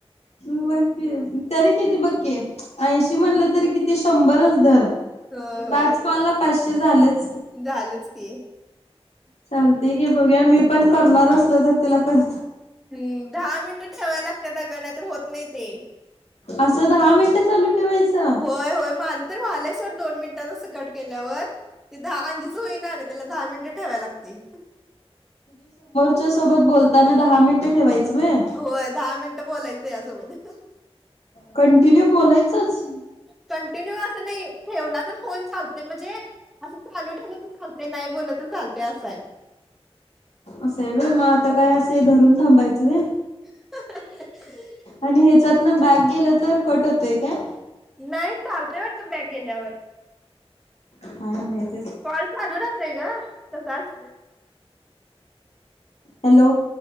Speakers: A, on the left; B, in the centre.
A: ह बघ की तरी किती बघ की ऐंशी म्हणलं तरी किती शंभरच धर
B: होय होय
A: पाच कॉल ला पाचशे ते झालं
B: झालंच की
A: चालतंय घे बघुया मी पण करणार असलो तर तुला कर
B: हम्म दहा मिनटं ठेवाय लागतेत अगं नायतर होत नाही ते
A: असं दहा मिनिटं चालू ठेवायचं
B: होय होय माझं तर व्हालेत तर सोड दोन मिनिटात असं कट केल्यावर ते दा अंजीच होई ना अगं त्याला दहा मिनिटं ठेवाय लागतंय
A: च्या सोबत बोलताना दहा मिनिटं ठेवायचं व्हय
B: होय दहा मिनटं बोलायचं त्यासोबत कन
A: कंटिन्यू बोलायचंच
B: कंटिन्यू असं नाही ठेवला तर फोन चालते म्हणजे असं चालू ठेवलं तर चाल ते नाही बोल्लं तर चालतंय असाय
A: अस हाय व्हय मग आता काय असं धरून थांबायचं व्हय
B: आहे.
A: आणि हेच्यात न बॅक गेलं तर कट होतंय काय?
B: नाही चालतंय वाटतं बॅक गेल्यावर
A: काय माहित
B: कॉल चालू राहतोय गं तसाच
A: हॅलो